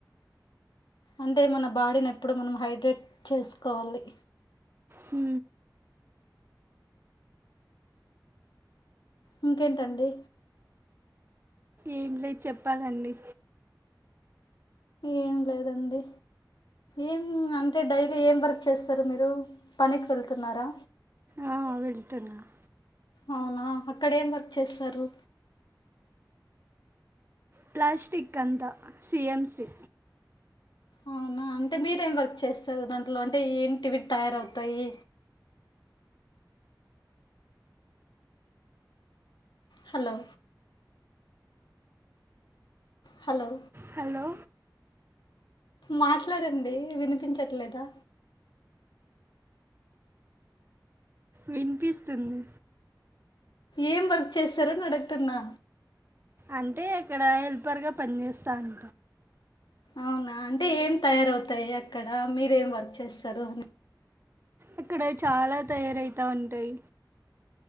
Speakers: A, on the left; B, on the right.
A: అంటే మన బాడీని ఎప్పుడు మనం హైడ్రేట్ చేసుకోవాలి
B: హు
A: ఇంకేంటండి
B: ఏమి లే చెప్పాలండి
A: ఏం లేదండి ఏం అంటే డైలీ ఏం వర్క్ చేస్తారు మీరు పనికి వెళ్తున్నారా
B: ఆ వెళ్తున్నారు
A: అవునా అక్కడ ఏం వర్క్ చేస్తారు
B: ప్లాస్టిక్ అంతా సిఎంసి
A: అవునా అంటే మీరేం వర్క్ చేస్తారు దాంట్లో అంటే ఏంటివిట్ తయారవుతాయి హలో హలో
B: హలో
A: మాట్లాడండి వినిపించట్లేదా
B: వినిపిస్తుంది
A: ఏం వర్క్ చేస్తారని అడుగుతున్నా
B: అంటే అక్కడ హెల్పర్ గా పని చేేస్తాను
A: అవునా అంటే ఏం తయారవుతాయి అక్కడ మీరేం వర్క్ చేస్తారు అని
B: ఇక్కడ చాలా తయారవుతూ ఉంటాయి